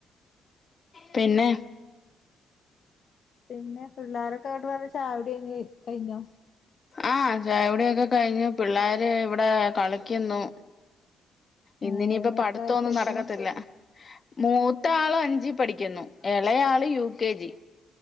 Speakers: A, on the left; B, on the left.
A: പിന്നെ
B: പിന്നെ പിള്ളോരൊക്കെ ഇങ്ങട്ടെ വന്ന് ചായ കുടി അങ്ങെ കയിഞ്ഞ് കയിഞ്ഞോ
A: ആ ചായകുടിയൊക്കെ കയിഞ്ഞു പിള്ളരെ ഇവിടെ കളിയ്ക്കുന്നു ഇന്നിനി
B: ഏഹ്
A: ഇപ്പൊ പഠിത്തൊന്നും
B: എത്ര വയസ്സായിക്ക്ണ്
A: നടക്കത്തില്ല മൂത്ത ആളെ അഞ്ചി പഠിക്കുന്നു എ എളയാള് യു കെ ജി